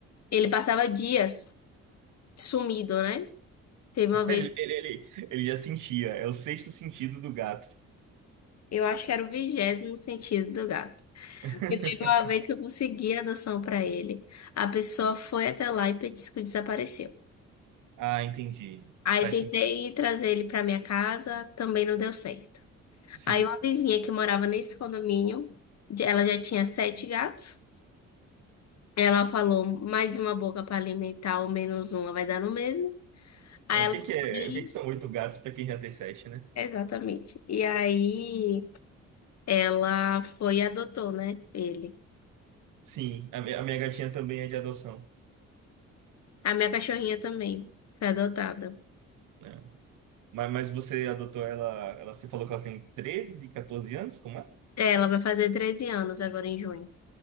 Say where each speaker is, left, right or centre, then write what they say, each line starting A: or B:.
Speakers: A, on the left; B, on the right.
A: ele passava dias sumido, né? Teve uma
B: <laughs>
A: vez,
B: Ele, ele, ele ele já sentia, é o sexto sentido do gato.
A: eu acho que era o vigésimo sentido do gato.
B: <laughs>
A: E teve uma vez que eu consegui a adoção pra ele. A pessoa foi até lá e disse que desapareceu.
B: Ah, entendi.
A: Aí
B: Faz
A: tentei
B: sim,
A: trazer ele pra minha casa, também não deu certo.
B: sim.
A: Aí uma vizinha que morava nesse condomínio, de- ela já tinha sete gatos. Ela falou, mais uma boca pra alimentar ou menos uma vai dar no mesmo. Aí
B: É, o
A: ela
B: que que é,
A: foi,
B: o que que são oito gatos pra quem já tem sete, né?
A: exatamente. E aí ela foi e adotou, né? Ele.
B: Sim, a, mi- a minha gatinha também é de adoção,
A: A minha cachorrinha também foi adotada.
B: né? Mas, mas você adotou ela, ela, você falou que ela tem 13, 14 anos, como é?
A: Ela vai fazer 13 anos agora em junho.